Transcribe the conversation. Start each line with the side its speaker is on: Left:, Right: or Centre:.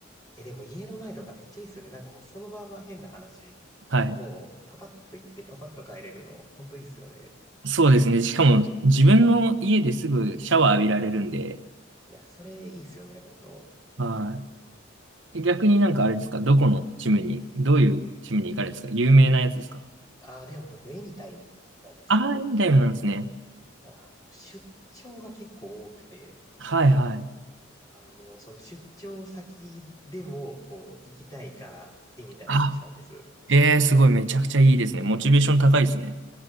Left: え、でも家の前とかめっちゃいいっすよね。なんかもうそのまま変な話。
Right: はい。
Left: もうパパッと行ってパパッと帰れるの本当いいっすよね。
Right: そうですね。しかも自分の家ですぐシャワー浴びられるんで、
Left: いや、それいいっすよね、本当。
Right: はい。え逆になんかあれですかどこのチームに、どういうチームに行かれですか有名なやつですか
Left: ああ、でも僕エニタイムなんです。
Right: ああー、インタイムなんですね。
Left: あの、出張が結構多くて、
Right: はいはい。
Left: だからもう、その出張先でも、こう、行きたいから、絵みたいにしたんです。
Right: あ、えー、すごい、めちゃくちゃいいですね。モチベーション高いですね。